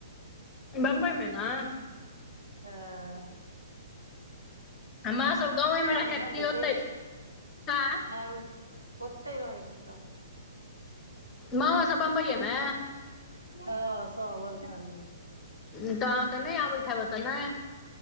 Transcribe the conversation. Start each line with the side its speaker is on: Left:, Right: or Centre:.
Left: बम्बई मे ने।
Right: हुं।
Left: मां सब गांवे
Right: लाउ
Left: मे रहै
Right: ने झाड़ि
Left: छैथ की
Right: देतै
Left: ओतै। आँ
Right: नहि ओ ओतेय रहै छै सब।
Left: मांवो सब बम्बईये मे।
Right: हँ सब ऑल फैमिली।
Left: तऽ अहाँ त नहि आबैत हेब एतऽ ने।